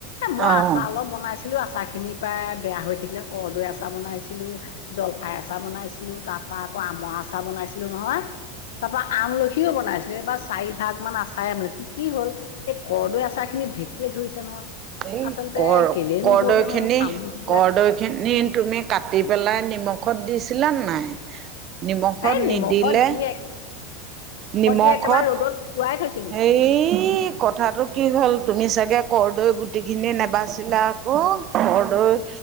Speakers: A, on the left (about 80°); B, on the right (about 30°).
A: এই মই
B: অ'
A: আচাৰ অলপ বনাইছিলোঁ আচাৰখিনিৰ পায় বেয়া হৈ থাকিলে কৰদৈ আচাৰ বনাইছিলোঁ- জলফাই আচাৰ বনাইছিলো তাপা আকৌ আমৰ আচাৰ বনাইছিলো নহয়। তাপা আমলখিও বনাইছিলো। এইবাৰ- চাৰি ভাগ মান আচাৰে বনাইছিলো, কি হল এই কৰৰ্দৈ আচাৰ খিনি ভেঁকুৱে ধৰিছে নহয়।
B: এই
A: আচলতে
B: কৰ
A: কেলেনো
B: কৰৰ্দৈ
A: হ'ল জানো
B: খিনি
A: চামুচ বিলাক
B: কৰদৈ খিনি তুমি- কাটি পেলাই নিমখত দিছিলা নে নাই? নিমখত
A: এই নিমখত
B: নিদিলে-
A: দি এক
B: নিমখত
A: দি একেবাৰে ৰ'দত শুকুৱাই থৈছিলো
B: এই- কথাটো কি হ'ল, তুমি চাগে কৰদৈ গুটিখিনি নাবাচছিলা আকৌ। কৰ দৈ